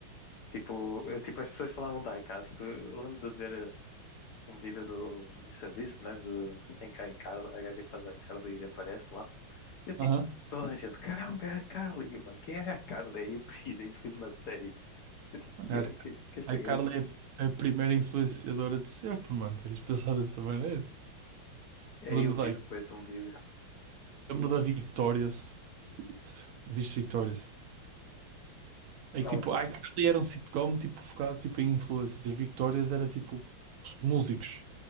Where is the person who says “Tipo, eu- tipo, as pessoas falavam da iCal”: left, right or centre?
Left